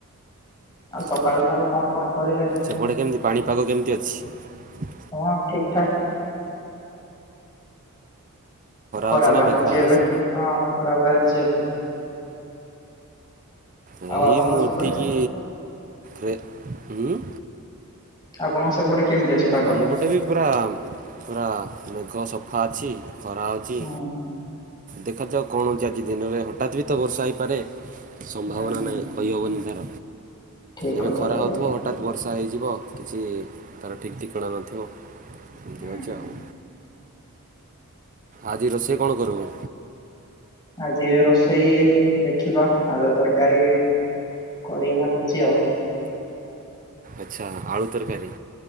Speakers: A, on the left; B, on the right.
A: ଆଉ ସକାଳୁ
B: ଅ,
A: ଠାରୁ କଣ କଣ କରିଲେଣି?
B: ସେପଟେ କେମତି ପାଣିପାଗ କେମତି ଅଛି?
A: ହଁ ଠିକ ଠାକ। ଖରା
B: ହେଉଛି ନା
A: ବାହାରିଛି
B: ମେଘୁଆ ହେଉଛି?
A: ଏବେ, ହଁ ଖରା ବାହାରିଛି ଏବେ।
B: ଏଇ
A: ଆଉ ଆପଣଙ୍କ
B: ମୁଁ
A: ସେପଟେ
B: ଉଠିକି ରେ ଉଁ।
A: ଆପଣଙ୍କ ସେପଟେ କେମିତି ଅଛି ପାଗ?
B: ଆମ ପଟେ ବି ପୁରା ପୁରା ମେଘ ସଫା ଅଛି। ଖରା ହଉଛି
A: ହୁଁ
B: ଦେଖାଯାଉ କଣ ହଉଛି ଆଜି ଦିନରେ ହଠାତ୍ ବି ତ ବର୍ଷା ହେଇପାରେ। ସମ୍ଭାବନା
A: ହୁଁ ହୁଁ
B: ନାହିଁ କହିହବନି ତାର
A: ଠିକ
B: ଏବେ
A: କଥା
B: ଖରା
A: କହିଲେ।
B: ହେଉଥିବ ହଠାତ୍ ବର୍ଷା ହେଇ ଯିବ କିଛି ତାର ଠିକ୍ ଠିକଣା ନଥିବ। ଏମିତି
A: ହୁଁ।
B: ହେଉଛି ଆଉ ଆଜି ରୋଷେଇ କଣ କରିବୁ?
A: ଆଜି ରୋଷେଇ ଦେଖିବା ଆଳୁ ତରକାରୀ କରିବି ଭାବୁଚି ଆଉ।
B: ଆଚ୍ଛା ଆଳୁ ତରକାରୀ।